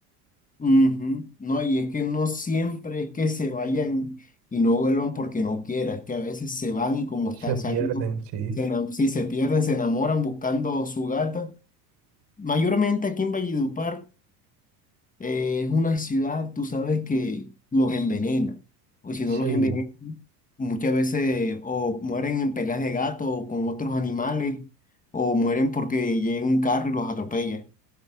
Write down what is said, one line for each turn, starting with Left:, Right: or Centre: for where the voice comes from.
Left: Ujú. No, y es que no siempre es que se vayan y no vuelvan porque no quieran, es que a veces se van y como
Right: Se
Left: están,
Right: pierden,
Left: saliendo,
Right: sí.
Left: se ena- si se pierden, se enamoran buscando su gata. Mayormente aquí en Valledupar. Eh, es una ciudad, tú sabes que los envenena, o si
Right: Sí.
Left: no los envenena, muchas veces o mueren en peleas de gato o con otros animales, o mueren porque llega un carro y los atropella.